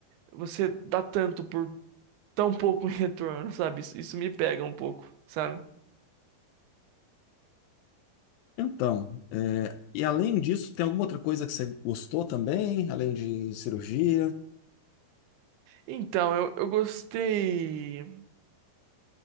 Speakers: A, on the right (about 85°); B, on the left (about 80°).
A: você dar tanto por tão pouco <laughs> em retorno, sabe, isso, isso me pega um pouco, sabe.
B: Então, é, e além disso, tem alguma outra coisa que você gostou também, além de cirurgia?
A: Então, eu, eu gostei.